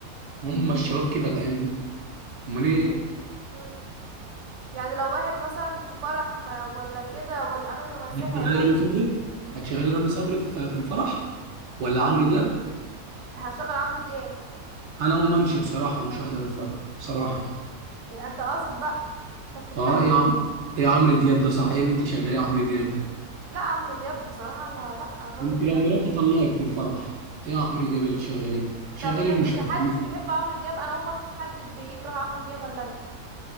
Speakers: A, on the right; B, on the right.
A: هم الشباب كده الايام دي امال ايه
B: مم. يعني لو واحد مثلا في فرح ما ولا كده ولا اغاني رومانسية
A: هتشغلي
B: هيبقى
A: رامي صبري هتشغلي رامي صبري في في الفرح ولا
B: لا،
A: عمرو دياب
B: هشغل عمرو دياب
A: انا اقوم امشي بصراحه ومش هحضر الفرح بصراحه يعني
B: يعني انت قاصد بقى انت بتتلك
A: اه ايه يا عم ايه عمرو دياب ده صح ايه اللي انت تشغليه عمرو دياب ده
B: لا عمرو دياب بصراحة انا لا الراجل
A: انت لو مراتي طلقت في الفرح ايه يا عمرو دياب اللي تشغليه ده شغلي
B: انت ما بتحبش
A: المشاغبين
B: محدش بيحب عمرو دياب انا اول مره اشوف حد بيكره عمرو دياب الا انت